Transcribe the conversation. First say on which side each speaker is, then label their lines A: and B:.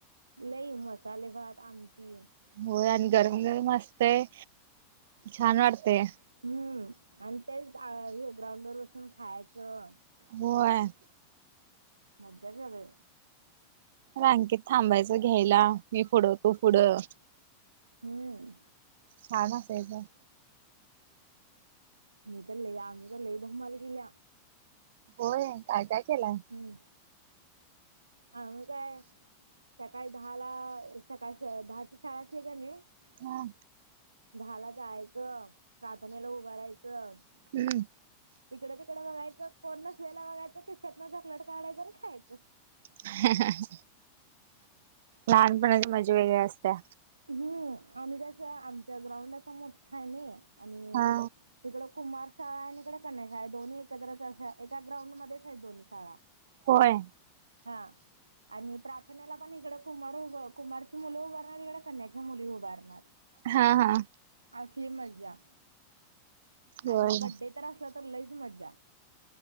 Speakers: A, on the right (about 80°); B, on the right (about 55°).
A: लई मसाले भात आमटी.
B: होय आणि गरम गरमस्तय छान वाटतेय.
A: हम्म. आणि तेच हे ग्राउंड वर बसून खायचं.
B: होय.
A: मजा सगळी.
B: रांकेत थांबायचं घ्यायला मी फुड तू पुढं.
A: हम्म
B: छान ना असायचं.
A: मी तर लय आम्ही तर लय धमाल केली.
B: होय काय काय केलाय.
A: हम्म. आ मही काय सकाळी दहा ला सकाळ दहाची शाळा असली का नाही.
B: हा,
A: दहा ला जायचं प्रार्थनेला उभारायचं.
B: हम्म.
A: इकडे तिकडे बघायचं कोण नसलेला बघायचं खिशात न चॉकलेट काढाचं आणि खायचं.
B: ह <inaudible> लहानपणाची मजा वगरे असत्या.
A: हम्म आम्ही कस आमचा ग्राउंड असा मोठा आहे ना आणि
B: हा
A: तिकड. कुमार शाळा आणि इकडे कन्याशाळा आहे दोन्ही एकत्रच एका ग्राउंड मध्येच आहेत दोन्ही शाळा.
B: होय.
A: हा आणि प्रार्थनेला पण इकडे कुमार उभ कुमारची मुलं उभारणार. कन्याच्या मुली उभारणार.
B: हा हा,
A: असली मज्जा
B: होय
A: आणि बड्डे तर असलं तर लईच मज्जा.